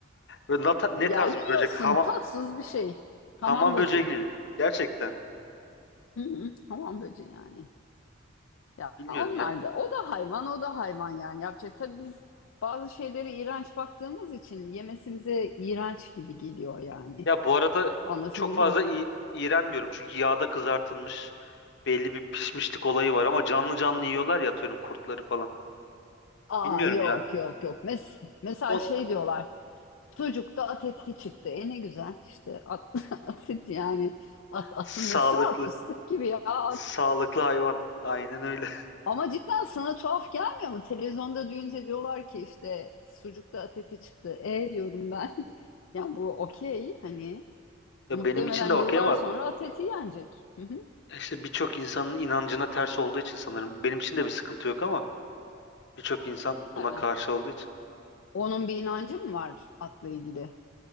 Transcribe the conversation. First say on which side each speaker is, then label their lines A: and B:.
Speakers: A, on the left; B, on the left.
A: Böyle ne, ta- ne
B: Ya
A: tarz
B: yiyorsun
A: bir böcek? Hama-
B: tatsız bir şey. Hamam
A: hamam
B: böceği.
A: böceği gibi. Gerçekten.
B: Hı hı, hamam böceği yani. Ya
A: Bilmiyorum
B: onlar
A: ya.
B: da o da hayvan o da hayvan yani yapacak. Tabii biz bazı şeylere iğrenç baktığımız için yemesi bize iğrenç gibi geliyor yani.
A: Ya bu arada
B: Anlatabildim
A: çok fazla i- iğrenmiyorum. Çünkü yağda kızartılmış belli bir pişmişlik olayı var ama canlı canlı yiyorlar ya atıyorum kurtları falan.
B: Aa
A: Bilmiyorum
B: yok
A: ya.
B: yok yok. Mes mesela
A: O
B: şey diyorlar. Sucukta at eti çıktı. E ne güzel işte at, <laughs> at eti yani. At, atın
A: sağlıklı.
B: nesi var fıstık gibi ya at.
A: Sağlıklı hayvan. Aynen öyle. <laughs>
B: Ama cidden sana tuhaf gelmiyor mu? Televizyonda duyunca diyorlar ki işte sucukta at eti çıktı. E diyorum ben. <laughs> Yani bu okey hani
A: Ya
B: muhtemelen
A: benim için de
B: yıllar
A: okey ama
B: sonra at eti yenecek. Hı hı.
A: işte birçok insanın inancına ters olduğu için sanırım. Benim için de bir sıkıntı yok ama Birçok insan buna
B: He.
A: karşı olduğu için.
B: Onun bir inancı mı var atla ilgili?